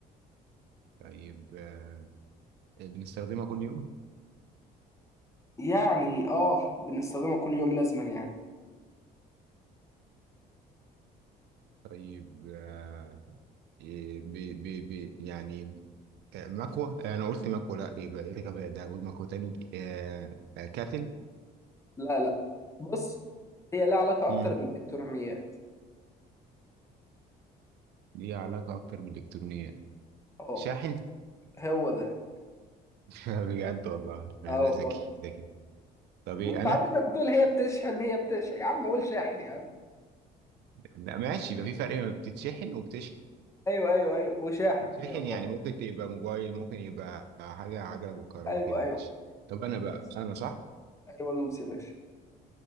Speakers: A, on the right (about 80°); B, on the left (about 15°).
A: طيب آه. بنستخدمها كل يوم
B: يعني اه بنستخدمها كل يوم لازما يعني
A: طيب آه. إيه، بي بي بي يعني آه، مكوة آه، أنا قلت مكوة لأ يبقى إيه الغباء ده هقول مكوة تاني آه. آه. كاتل
B: لا لا بص هي لها علاقة
A: مم.
B: أكتر بالإلكترونيات
A: ليه علاقة أكتر بالإلكترونيات
B: اه
A: شاحن
B: هو ده
A: <laughs> بجد والله لا،
B: اه
A: انا
B: والله
A: ذكي ذكي طب
B: ما
A: ايه
B: أنت
A: انا
B: عم بتقول هي بتشحن هي بتشحن يا عم قول شاحن يا عم
A: لا ماشي يبقى في فرق ما بتتشحن وبتشحن
B: أيوه أيوه أيوه وشاحن
A: بتشحن
B: أيوه فعلا
A: يعني ممكن تبقى موبايل ممكن يبقى حاجه عجله بالكهرباء
B: أيوه
A: كده
B: أيوه
A: ماشي طب انا بقى
B: ماشي.
A: انا صح
B: أيوه دوس يا باشا